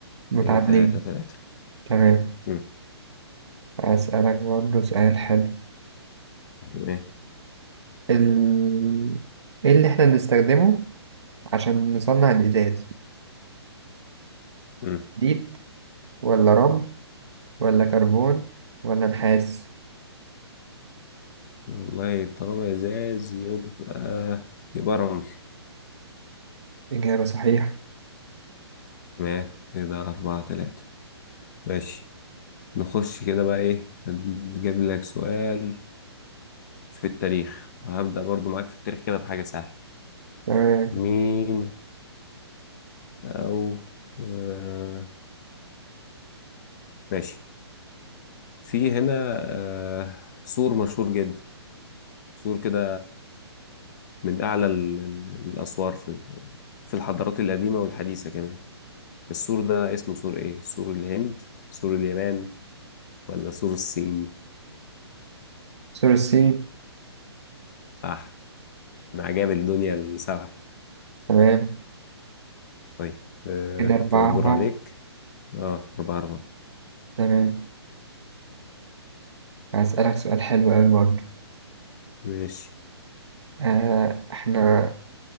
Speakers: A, on the right; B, on the left.
A: متعادلين
B: ايه تلاتة تلاتة
A: تمام
B: مم.
A: أسألك برضه سؤال حلو
B: تمام
A: ال... ايه اللي احنا بنستخدمه عشان نصنع الإزاز
B: مم.
A: حديد ولا رمل ولا كربون ولا نحاس
B: والله طالما ازاز يبقى يبقى رمل
A: إجابة صحيحة
B: تمام كده أربعة تلاتة ماشي نخش كده بقى ايه هجيب لك سؤال في التاريخ وهبدأ برضو معاك في التاريخ كده بحاجة سهلة
A: تمام
B: مين أو آه ماشي في هنا آه سور مشهور جدا سور كده من أعلى ال- ال- الأسوار في في الحضارات القديمة والحديثة كمان السور ده اسمه سور إيه؟ سور الهند سور اليابان ولا سور الصين
A: سور الصين
B: صح من عجائب الدنيا السبعة
A: تمام
B: طيب آه
A: كده أربعة
B: كده الدور
A: أربعة
B: عليك اه أربعة أربعة
A: تمام هسألك سؤال حلو أوي برضه
B: ماشي
A: آه إحنا